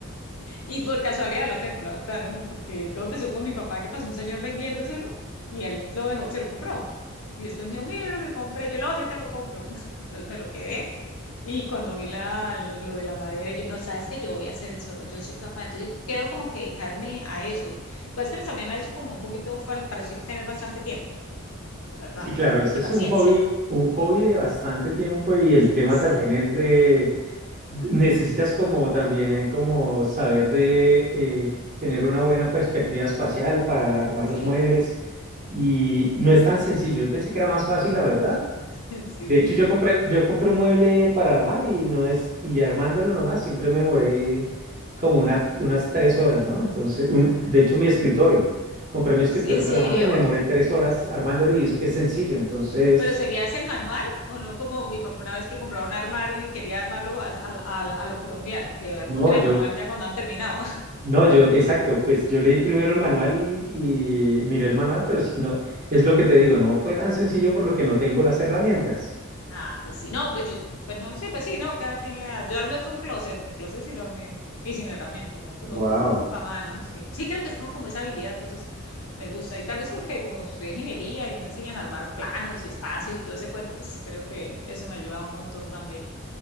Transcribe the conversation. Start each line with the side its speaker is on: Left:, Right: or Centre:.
Left: Y por casualidad lo tengo, la verdad, ¿no? Porque todo empezó con mi papá, que pasó un señor vendiéndoselo y él lo dejó, se lo compró. Y después me dijo, mira lo que compré, yo lo, yo te lo compro. <laughs> Entonces me lo quedé y cuando vi la, lo de la madera, yo no, sabes que yo voy a hacer eso, no, yo soy capaz. Entonces, quiero como que dedicarme a eso. Lo que es que también me ha hecho como un poquito falta, para eso hay que tener bastante tiempo, la verdad,
Right: Sí, claro, ese
Left: y paciencia.
Right: es un hobby, un hobby
Left: Y-
Right: de bastante tiempo y el tema
Left: sí,
Right: también es de Necesitas como también como saber de eh, tener una buena perspectiva espacial para armar
Left: sí,
Right: los muebles y, y no es tan sencillo. Yo pensé que era más fácil, la verdad.
Left: <laughs> sí.
Right: De hecho, yo compré, yo compré un mueble para armar y no es, y armándolo nomás, siempre me demoré como una, unas tres horas, ¿no? Entonces, un,
Left: Ah,
Right: de hecho, mi escritorio, compré mi escritorio
Left: ¿En serio?
Right: para armarlo y me demoré tres horas armándolo y eso que es sencillo. Entonces,
Left: ¿Pero seguías el manual o no como mi papá una vez que compraba un armario y quería armarlo a, a- a- a lo colombiano, que
Right: no,
Left: cogen
Right: yo
Left: el manual ya cuando han terminado?
Right: No, yo, exacto, pues yo leí primero el manual y miré el manual, pero sí, no, es lo que te digo, no fue tan sencillo por lo que no tengo las herramientas.
Left: Ah, pues sí, no, pues yo, pues no sé, pues sí, no, cada quien le da. Yo armé fue un closet, un closet sí lo armé, y sin herramienta, con puro
Right: Wow.
Left: pu- pu- a mano, sí. Sí, creo que sí tengo como esa habilidad, entonces me gusta, y tal vez porque como estudié ingeniería y me enseñan a armar planos y espacios y todo ese cuento, pues creo que eso me ayuda un montón también.